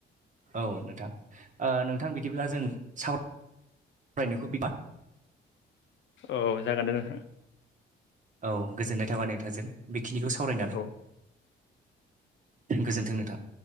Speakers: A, on the right; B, on the left.
A: औ नोंथां ओ-नोंथां बिदिब्ला जों साव रायनायखौ बिबा
B: औ जागोन दे नोंथां।
A: औ गोजोननाय थाबाय नोंथांजों बेखिनिखौ सावरायनानै।
B: औ
A: गोजोन्थों नोंथां।